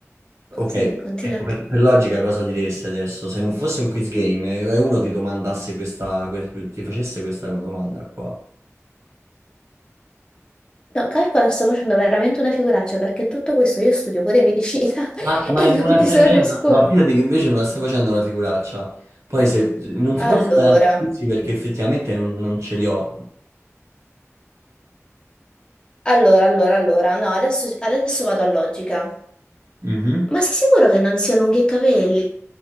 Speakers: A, on the left (about 15°); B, on the right (about 70°).
A: Qualcosa
B: Ok,
A: che continua
B: ecco,
A: a... cre-
B: per, per logica cosa diresti adesso? Se non fosse un quiz game eh, e uno ti domandasse questa, que- ti facesse questa domanda qua.
A: No, calcola, sto facendo veramente una figuraccia perché in tutto questo io studio pure medicina <laughs>
B: Ma, ma
A: e non
B: non la
A: ti
B: stai
A: so
B: facendo?
A: rispondere.
B: Ma fidati che invece non la stai facendo una figuraccia. Poi se, non ti posso
A: Allora,
B: dare altri quiz perché effettivamente non, non ce li ho.
A: allora, allora, allora. No, adesso, adesso vado a logica.
B: Mhm.
A: Ma sei sicuro che non siano unghie e capelli?